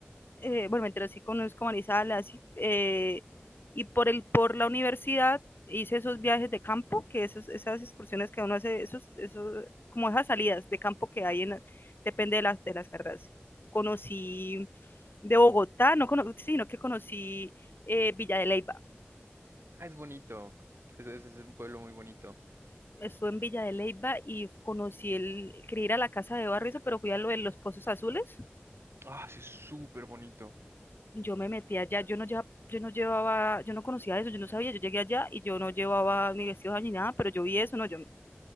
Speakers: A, on the left; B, on the right.
A: eh, bueno, mentira, sí conozco Manizales, así, eh, y por, el, por la universidad hice esos viajes de campo, que esos, esas excursiones que uno hace, esos, esos, como esas salidas de campo que hay, en, depende de las, de las carreras. Conocí de Bogotá, no cono sino que conocí eh, Villa de Leyva.
B: Ah, es bonito. Es, es, es un pueblo muy bonito.
A: Estuve en Villa de Leyva y conocí el, quería ir a la casa de Barrizo, pero fui a lo de los pozos azules.
B: Ah, sí, es súper bonito.
A: Yo me metí allá, yo no, llevaba, yo no llevaba, yo no conocía eso, yo no sabía, yo llegué allá y yo no llevaba ni vestidos ni nada, pero yo vi eso, no, yo